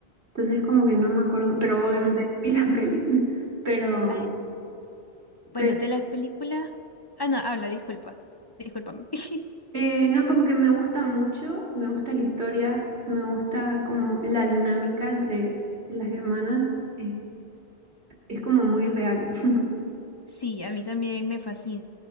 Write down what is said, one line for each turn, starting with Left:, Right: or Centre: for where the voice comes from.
Right: Entonces como que no me acuerdo, pero
Left: sí.
Right: obviamente <laughs> vi la peli, <laughs> pero,
Left: A ver, bueno,
Right: pero
Left: de las películas. Ah, no, habla, disculpa. Discúlpame. <laughs>
Right: eh, no, como que me gusta mucho, me gusta la historia, me gusta como la dinámica entre las hermanas, es, es como muy real. <laughs>
Left: Sí, a mí también me fascina,